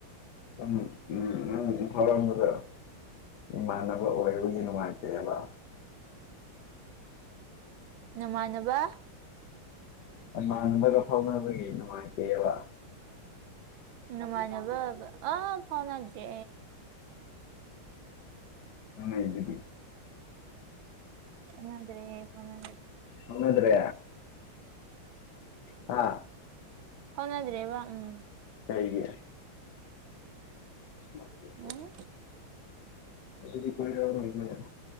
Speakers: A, on the left; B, on the right.
A: ꯎꯝ ꯎꯝ ꯅꯪ ꯏꯝꯐꯥꯜ ꯔꯣꯝꯗꯔꯥ ꯏꯃꯥꯟꯅꯕ ꯑꯣꯏꯕꯒꯤ ꯅꯨꯡꯉꯥꯏꯇꯦꯕ
B: ꯅꯃꯥꯟꯅꯕ
A: ꯃꯥꯡꯕꯒ ꯐꯥꯎꯅꯅꯕꯒꯤ ꯅꯨꯅꯨꯡꯉꯥꯏꯇꯦꯕ
B: ꯅꯨꯡꯉꯥꯏꯅꯕ ꯑꯥ ꯐꯥꯎꯅꯗ꯭ꯔꯦ
A: ꯑꯅꯩꯗꯗꯤ
B: ꯐꯧꯅꯗ꯭ꯔꯦ ꯐꯧꯅꯗ꯭ꯔꯦ
A: ꯐꯥꯎꯅꯗ꯭ꯔꯦ ꯍꯥ
B: ꯐꯥꯎꯅꯗ꯭ꯔꯦꯕ ꯎꯝ
A: ꯂꯩꯩꯒꯦ ꯃꯥ <unintelligible>
B: <unintelligible>
A: ꯑꯁꯤꯗꯤ ꯀꯣꯏꯔꯥꯎꯅꯩꯅꯦ